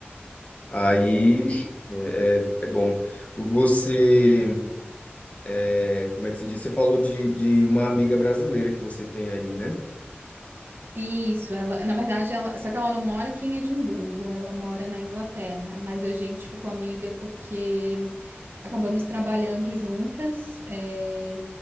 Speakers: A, on the left (about 35°); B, on the right (about 60°).
A: Aí é, é, é bom. Você, é, como é que se diz? Você falou de, de uma amiga brasileira que você tem aí, né?
B: Isso, ela, na verdade, ela, só que ela não mora aqui em Edimburgo, ela mora na Inglaterra, mas a gente ficou amiga porque acabamos trabalhando juntas é,